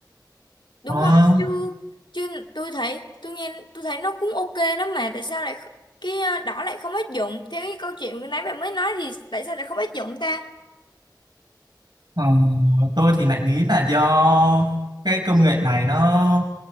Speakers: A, on the left; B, on the right.
A: đúng
B: Ờ,
A: không chứ chứ tôi thấy tôi nghe tôi thấy nó cũng ok lắm mà tại sao lại kh- cái ờ, đó lại không áp dụng theo cái câu chuyện vừa nãy bạn mới nói thì tại sao lại không áp dụng ta
B: Ờ, tôi thì lại nghĩ là do cái công nghệ này nó